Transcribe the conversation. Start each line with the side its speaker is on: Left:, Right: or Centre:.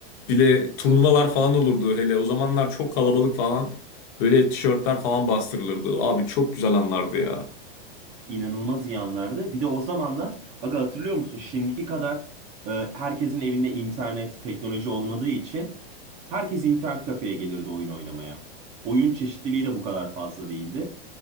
Left: Bir de turnuvalar falan olurdu hele o zamanlar çok kalabalık falan böyle tişörtler falan bastırılırdı. Abi çok güzel anlardı ya.
Right: İnanılmaz iyi anlardı. Bir de o zamanlar, aga hatırlıyor musun? Şimdiki kadar e, herkesin evinde internet, teknoloji olmadığı için herkes internet kafeye gelirdi oyun oynamaya. Oyun çeşitliliği de bu kadar fazla değildi.